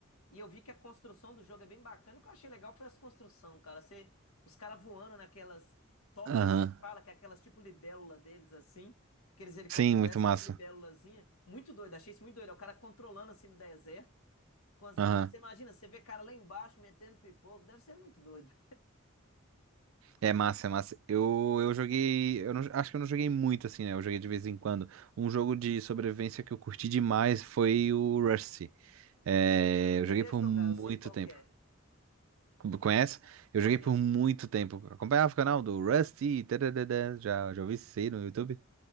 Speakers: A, on the left (about 85°); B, on the right (about 70°).
A: e eu vi que a construção do jogo é bem bacana. O que eu achei legal foi as construções, cara. Você, os caras voando naquelas tóptero,
B: Aham.
A: né? Que fala que é aquelas tipo libélula deles, assim. Aqueles helicópteros
B: Sim,
A: parecem
B: muito massa.
A: umas libélulazinhas. Muito doido, achei isso muito doido. É O cara controlando assim no deserto com as
B: Aham.
A: libélulas. Você imagina, você vê cara lá embaixo metendo pipoco. Deve ser muito doido.
B: É massa, é massa. Eu, eu joguei. Eu não- acho que eu não joguei muito assim, né? Eu joguei de vez em quando. Um jogo de sobrevivência que eu curti demais foi o Rusty. É,
A: <laughs> Eu não cheguei
B: eu joguei por
A: a jogar,
B: muito
A: eu sei qual
B: tempo.
A: que é.
B: Co- Conhece? Eu
A: Conheço?
B: joguei por muito tempo. Acompanhava o canal do Rusty. tadadadá. Já, já ouvi isso aí no YouTube. <laughs>